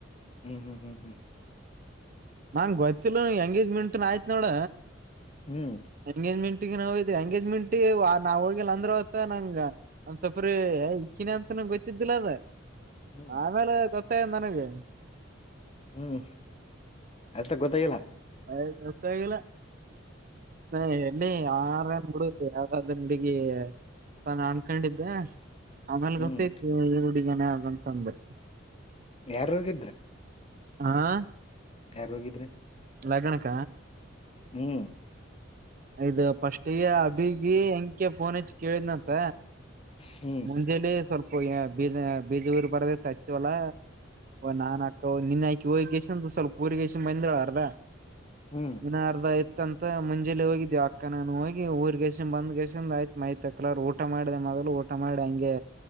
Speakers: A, on the left; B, on the right.
A: ಹ್ಮ್ ಹ್ಮ್ ಹ್ಮ್ ಹ್ಮ್
B: ನಾ ಗೊತ್ತಿಲ್ಲ ಎಂಗೇಜ್ಮೆಂಟ್ನ್ ಆಯ್ತ್ ನೋಡ
A: ಹ್ಮ್ ಹ್ಮ್
B: ಎಂಗೇಜ್ಮೆಂಟ್ ಹಿದ್ರಿ ಎಂಗೇಜ್ಮೆಂಟ್ ನಾವ್ ಹೋಗಿಲ್ಲ ಅಂದ್ರ ಅವ ನಂಗ ಅಂತಪ್ರ ಇಕ್ಕಿನ ಅಂತ ಗೊತ್ತಿದ್ದಿಲ್ಲ ಅದ
A: ಹ್ಮ್
B: ಆಮೇಲೆ ಗೊತ್ತಾಯ ನನಗೆ
A: ಹ್ಮ್ ಅದತ ಗೊತ್ತಾಗಿಲ್ಲ
B: ಅ ದಸಲ್ಲ ನ ಎಲ್ಲಿ ಯರೇಏನ್ ಬಿಡ ಯಾವ್ದ್ದನ್ ಬಿಡಗಿ ತಾನಾ ಅನ್ಕೊಂಡಿದ್ದೆ ಆಮೇಲೆ
A: ಹ್ಮ್
B: ಗೊತ್ತೈತಿ ಹಡಿಗನ ಅಂತ ಅಂದ್ರ
A: ಯಾರ್ ರೋಗಿದ್ರೆ
B: ಆಾ
A: ಯಾರ್ ಹೋಗಿದ್ರಿ
B: ಲಗನಕ
A: ಹ್ಮ್
B: ಇಯದು ಪಸ್ಟ್ಗ ಅಬಿಗಿ ಹೆಂಕ ಫೋನ್ ಹೆಚ್ಚ ಕೇಳಿದ್ನಂತ
A: ಹ್ಮ್
B: ಮುಂಜೆಯಲ್ಲ ಸ್ವಲ್ಪ ಬಜ ಬೀಜ ಊರ್ ಬರದತ್ತ್ತವಲ್ಲ ನಾನನ್ ಅಕ್ಕ ನಿನ್ಾಕಿ ಹೋಗಿ ಸ್ವಲ್ಪ ಊರಿಗೇಶ ಬಂದಿಳ ಅರ್ಧ
A: ಹ್ಮ್
B: ವನ ಅರ್ಧ ಇ ಅಂತ ಮುಂಜೆಲಿ ಹೋಗಿದೀವಿ ಅಕ್ಕನಾನ ಹೋಗಿ ಊರ್ ಗಸಿನ್ ಬಂದ್ಗೆಸನ್್ ಆಯ್ತ್ ಮೈತ್ತಕ್ಲಾರ ಊಟ ಮಾಡಿದೆ ಮದ್ಲು ಊ ಕಷ್ಟ ಮಾಡ ಹಂಗೆ